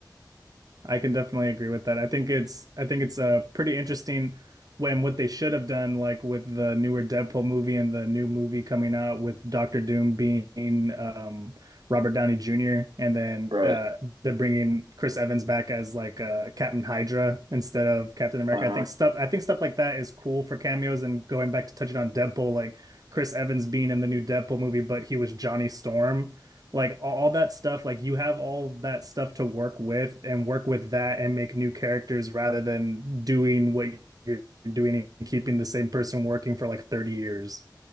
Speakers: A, on the right (about 55°); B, on the right (about 85°).
A: I can definitely agree with that. I think it's I think it's uh pretty interesting when what they should have done, like with the newer Deadpool movie and the new movie coming out with Doctor Doom being um Robert Downey Jr. and then
B: right?
A: uh they're bringing Chris Evans back as like uh Captain Hydra instead of Captain America.
B: Uh huh.
A: I think stuff I think stuff like that is cool for cameos and going back to touching on Deadpool, like Chris Evans being in the new Deadpool movie, but he was Johnny Storm like all, that stuff like you have all that stuff to work with and work with that and make new characters rather than doing what you're doing and keeping the same person working for like 30 years